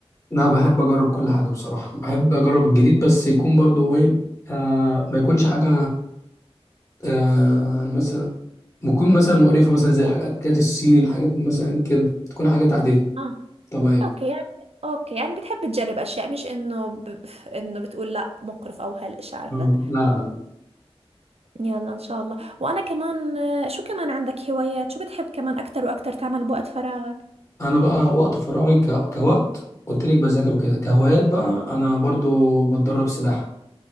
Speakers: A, on the left (about 30°); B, on the right (about 75°).
A: انا بحب اجرب كل حاجه بصراحه بحب اجرب الجديد بس يكون برضو ايه آه ما يكونش حاجه آه مثلا بتكون مثلا مقرفة مثلا زي الحاجات الصيني الحاجات مثلا كده تكون حاجات عادية
B: اه
A: طبيعية
B: اوكي يعني اوكي يعني بتحب تجرب اشياء مش انه ب... انه بتقول لا مقرف او هالاشي عرفت
A: اه لا لا لا
B: يلا ان شاء الله وانا كمان آه، شو كمان عندك هوايات شو بتحب كمان اكتر واكتر تعمل بوقت فراغك
A: أنا بقى وقت فراغي ك... كوقت قلت لك بذاكر وكده كهوايات بقى أنا برضو بتدرب سباحة